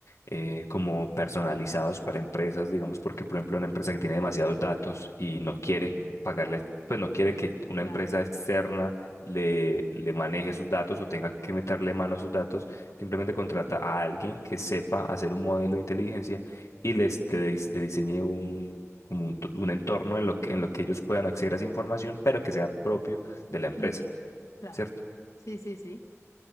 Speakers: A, on the left; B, on the left.
A: eh, como personalizados para empresas, digamos, porque por ejemplo una empresa que tiene demasiados datos y no quiere pagarle, pues no quiere que una
B: claro.
A: empresa externa le, le maneje sus datos o tenga que meterle mano a sus datos, simplemente contrata a alguien que sepa hacer un modelo de inteligencia y les, le, dis- le diseñé un, como un, tu- un entorno en lo que, en lo que ellos puedan acceder a esa información, pero que sea propio de la empresa,
B: Ujú, Claro.
A: ¿cierto?
B: Sí, sí, sí.